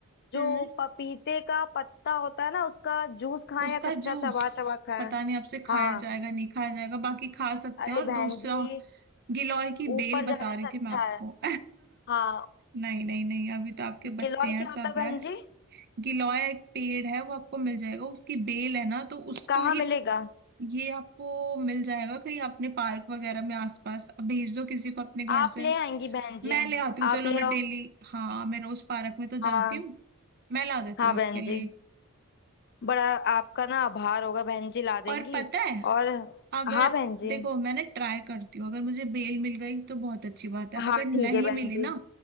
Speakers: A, on the left; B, on the right.
A: जो
B: हम्म
A: पपीते का पत्ता होता है ना उसका जूस खाएं
B: उसका
A: या कच्चा
B: जूस
A: चबा चबा खाएं
B: पता नहीं आपसे खाया
A: हाँ
B: जाएगा नहीं खाया जाएगा बाकी खा सकते
A: अरे
B: हैं और
A: बहन
B: दूसरा
A: जी
B: गिलोय की
A: ऊपर
B: बेल बता
A: जाने
B: रही
A: से अच्छा
B: थी मैं आपको
A: है
B: <laughs>
A: हाँ
B: नहीं नहीं नहीं अभी तो आपके बच्चे
A: गिलोय
B: हैं
A: क्या
B: सब
A: होता है बहन
B: है
A: जी
B: गिलोय एक पेड़ है वो आपको मिल जाएगा उसकी बेल है ना तो उसको
A: कहाँ
B: ही
A: मिलेगा
B: ये आपको मिल जाएगा कहीं अपने पार्क वगैरह में आसपास अब भेज दो किसी को अपने घर
A: आप
B: से
A: ले आएंगी बहन
B: मैं
A: जी
B: ले आती हूँ चलो
A: आप ले
B: मैं
A: आओ
B: डेली हाँ मैं रोज पार्क में तो जाती
A: हाँ
B: हूँ मैं ला देती
A: हाँ
B: हूँ
A: बहन
B: आपके लिए
A: जी बड़ा आपका ना आभार होगा बहन जी ला देंगी
B: और पता है
A: और
B: अगर
A: हाँ बहन जी
B: देखो मैंने ट्राई करती हूँ अगर मुझे बेल मिल गई तो बहुत अच्छी बात है
A: हाँ
B: अगर
A: ठीक
B: नहीं
A: है बहन
B: मिली
A: जी
B: ना